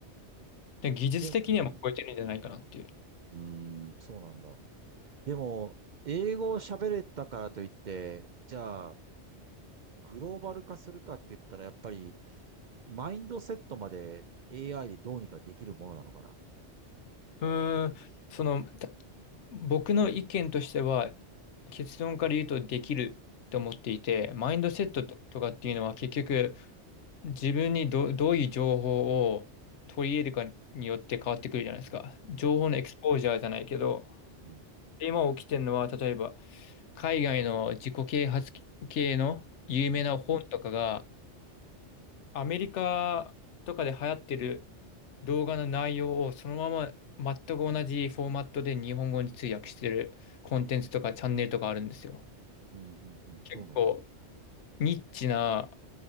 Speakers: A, on the left (about 80°); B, on the right (about 55°).
A: で、技術的にはもう超えてるんじゃないかなっていう。
B: でも、うん、うん、そうなんだ。でも、英語を喋れたからといって、じゃあ、グローバル化するかって言ったら、やっぱり、マインドセットまで AI でどうにかできるものなのかな。
A: うーん、その、た僕の意見としては、結論から言うとできると思っていて、マインドセットととかっていうのは結局
B: うん、
A: 自分にど、どういう情報を取り入れるかによって変わってくるじゃないですか。情報のエクスポージャーじゃないけど、
B: うん、うん、
A: 今起きてるのは例えば海外の自己啓発系の有名な本とかが
B: うん、
A: アメリカとかで流行ってる動画の内容をそのまま全く同じフォーマットで日本語に通訳してるコンテンツとかチャンネルとかあるんですよ。
B: うん、うん、うんどうなんだ。
A: 結構ニッチな、